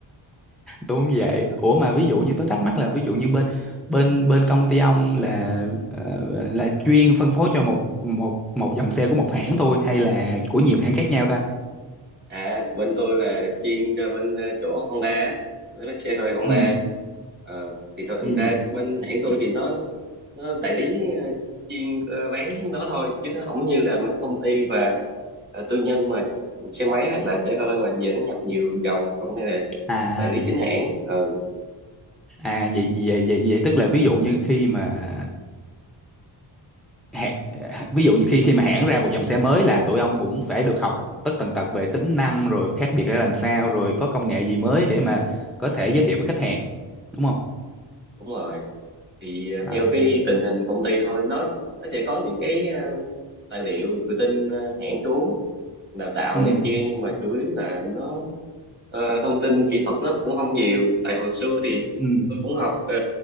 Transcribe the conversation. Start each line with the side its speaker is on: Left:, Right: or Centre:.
Centre: đúng vậy ủa mà ví dụ như tôi thắc mắc là ví dụ như bên bên bên công ty ông là ờ, là chuyên phân phối cho một một một dòng xe của một hãng thôi hay là của nhiều hãng khác nhau ta
Right: à bên tôi là chuyên cho bên ờ, chỗ Honda á, mấy cái xe hơi Honda
Centre: ừ
Right: Ờ, thì thôi
Centre: ừ
Right: ra bên hãng tôi thì nó nó đại lý ờ, chuyên ờ, bán đó thôi chứ nó không như là mấy công ty và ờ, tư nhân mà xe máy hoặc là xe hơi mà về nó nhập nhiều dòng còn đây là
Centre: à
Right: đại lý chính hãng ừ
Centre: à vậy vậy vậy vậy tức là ví dụ như khi mà hẹ- ví dụ như khi khi mà hãng ra một dòng xe mới là tụi ông cũng phải được học tất tần tật về tính năng rồi khác biệt ra làm sao rồi có công nghệ gì mới để mà có thể giới thiệu với khách hàng đúng không
Right: đúng rồi thì à,
Centre: à
Right: theo cái tình hình công ty thôi nó nó sẽ có những cái à, tài liệu tự tin à, hãng xuống đào tạo
Centre: ừ
Right: này kia nhưng mà chủ yếu là nó ờ, thông tin kỹ thuật nó cũng không nhiều tại hồi xưa thì
Centre: ừ
Right: tôi cũng học ờ,